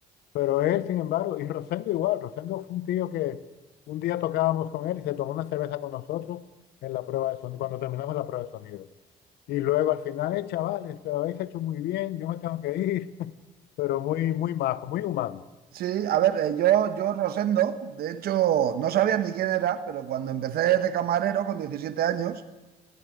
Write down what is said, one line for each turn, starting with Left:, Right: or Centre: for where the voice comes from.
Left: Pero él, sin embargo, y Rosendo igual, Rosendo fue un tío que un día tocábamos con él y se tomó una cerveza con nosotros en la prueba de sonido, cuando terminamos la prueba de sonido. Y luego al final, eh, chavales, que lo habéis hecho muy bien, yo me tengo que ir, <laughs> pero muy, muy majo, muy humano.
Right: Sí, a ver, eh, yo, yo Rosendo, de hecho, no sabía ni quién era, pero cuando empecé de camarero con 17 años,